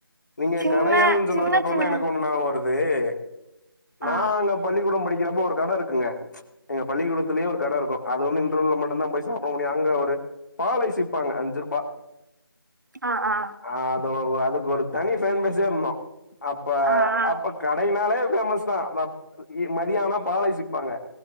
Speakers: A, on the left (about 50°); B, on the right (about 50°).
A: நீங்க
B: சின்ன
A: கடையல்னு சொன்னதுக்கு
B: சின்ன
A: அப்பறோ
B: சின்ன
A: தா எனக்கு ஒண்ணு ஒரு ஞாபகம் வருது ஏ நாங்க
B: ஆ
A: பள்ளிக்கூடம் படிக்கிறப்ப ஒரு கட இருக்குள்ளா எங்க பள்ளிக்கூடத்துலய ஒரு கடை இருக்கு அது வந்து இன்ரவல் மட்டும்தா போய் சாப்பிட முடியு அங்க ஒரு பால் ஐஸ் விப்பாங்க அஞ்சு ரூபா
B: ஆ ஆ
A: ஆ அது அதுக்கு ஒரு தனி பேமஸ் சே இருந்தோ அப்ப
B: ஆ ஆ
A: அப்ப கடைனாளே பேமஸ் தா மதியானா பால் ஐஸ் விப்பாங்க